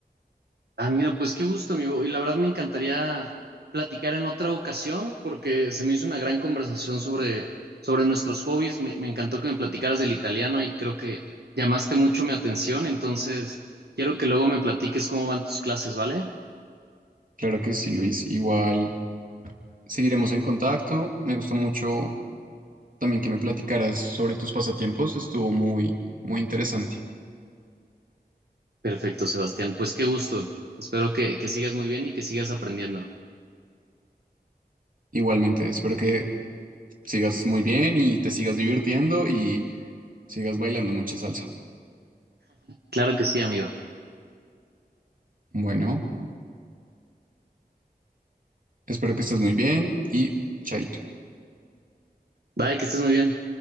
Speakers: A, on the right (about 85°); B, on the right (about 55°).
A: Ah, mira, pues qué gusto, amigo. Y la verdad me encantaría platicar en otra ocasión porque se me hizo una gran conversación sobre, sobre nuestros hobbies. Me, me encantó que me platicaras del italiano y creo que llamaste mucho mi atención. Entonces, quiero que luego me platiques cómo van tus clases, ¿vale?
B: Claro que sí, Luis, igual seguiremos en contacto, me gustó mucho también que me platicaras sobre tus pasatiempos, estuvo muy, muy interesante.
A: Perfecto, Sebastián. Pues qué gusto. Espero que, que sigas muy bien y que sigas aprendiendo.
B: Igualmente, espero que sigas muy bien y te sigas divirtiendo y sigas bailando mucha salsa.
A: Claro que sí, amigo.
B: Bueno, espero que estés muy bien y chaito.
A: Bye, que estés muy bien.